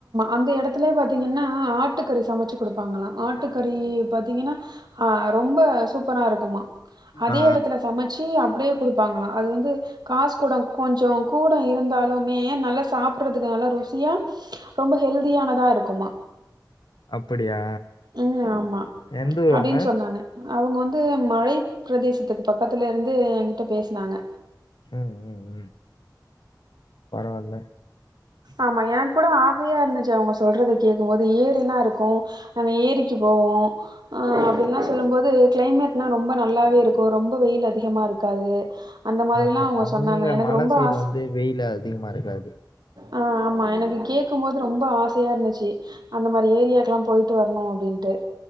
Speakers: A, on the right (about 65°); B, on the left (about 75°).
A: அந்த இடத்துலே பார்த்தீங்கன்னா ஆட்டுக்கறி சமைச்சு கொடுப்பாங்களாம் ஆட்டுக்கறி பார்த்தீங்கன்னா ரொம்ப சூப்பராக இருக் குமா ஆமா அதே
B: ஆ
A: இடத்துல சமைச்சு அப் அப்படியே கொடுப்பாங்களாம் அது வந்து காசு கூட கொஞ்சம் கூட இருந்தாலுமே நல்லா சாப்படுறதுக்கு நல்ல ருசி யான் ரொம்ப ஹெல்தியானதா இருக்குமா
B: அப்படியா
A: உம் ஆமா
B: எந்த ஊரு
A: அப்படின்னு
B: உங்க
A: சொன்னானு அவங்க வந்து மழை பிரதேசத்துக்கு பக்கத்துல இருந்து என்கிட்ட பேசினாங்க
B: உம் உம் உம் பரவால்ல
A: ஆமா எனக்கு கூட ஆசயா இருந்துச்சு அவங்க சொல்றத கேட்கும் போது ஏரில்லாம் இருக்கும் அந்த ஏரிக்கு போவோம் ஆஹ் அப்டில்லாம் சொல்லும்போது கிளைமேட்லாம் ரொம்ப நல்லாவே இருக்கும் ரொம்ப வெயில் அதிகமா இருக்காது அந்த மாரிலா
B: ஆஹ்மா
A: அவங்க
B: அங்க
A: சொன்னாங்க எனக்கு
B: மல
A: ரொம்ப
B: சைடு
A: ஆச
B: வந்து வெயில அதிகமா இருக்காது
A: ஆஹ் ஆமா எனக்கு கேட்கபோது ரொம்ப ஆசையா இருந்துச்சு அந்த மாரி ஏரியாக்க எல்லாம் போயிட்டு வரணும் அப்படின்னுட்டு